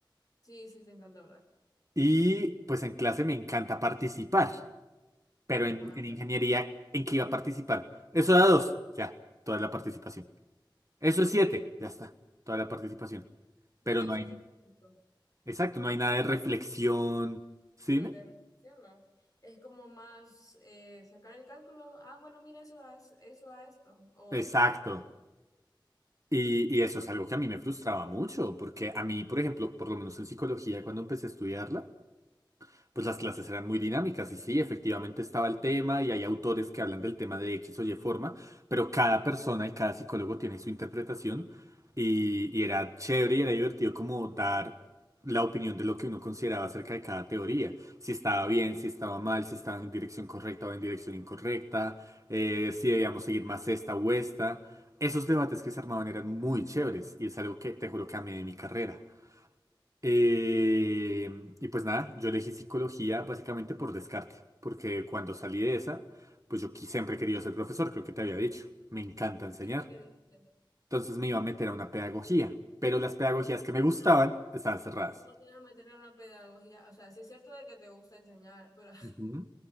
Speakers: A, on the left; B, on the right.
A: Sí, sí, te encanta hablar.
B: y pues en clase me encanta participar, pero
A: Ajá.
B: en, en
A: ta-
B: ingeniería, ¿en qué iba a participar? Eso da dos, ya, toda la participación. Eso es siete, ya está, toda la participación.
A: Bueno,
B: Pero
A: eso
B: no hay,
A: sí es cierto.
B: exacto, no hay nada de reflexión. ¿Cine?
A: Ah, te relaciono. Es como más eh, sacar el cálculo. Ah, bueno, mira, eso da, es- eso da esto. O
B: Exacto.
A: esto se... <laughs>
B: Y, y eso es algo que a mí me frustraba mucho, porque a mí, por ejemplo, por lo menos en psicología, cuando empecé a estudiarla, pues las clases eran muy dinámicas y sí, efectivamente estaba el tema y hay autores que hablan del tema de X o Y forma, pero cada persona y cada psicólogo tiene su interpretación y, y era chévere y era divertido como dar la opinión de lo que uno consideraba acerca de cada teoría, si estaba bien, si estaba mal, si estaba en dirección correcta o en dirección incorrecta, eh, si debíamos seguir más esta o esta. Esos debates que se armaban eran muy chéveres y es algo que te juro que amé de mi carrera. Eh, y pues nada, yo elegí psicología básicamente por descarte, porque cuando salí de esa, pues yo qui- siempre he querido ser profesor, creo que te había dicho, me encanta enseñar.
A: Sí, sí, me dijiste.
B: Entonces me iba a meter a una pedagogía, pero las pedagogías que me
A: Y,
B: gustaban
A: Pero,
B: estaban cerradas.
A: ¿y ¿cómo tienes a meter en una pedagogía? O sea, sí es cierto de que te gusta enseñar, pero
B: Ujú.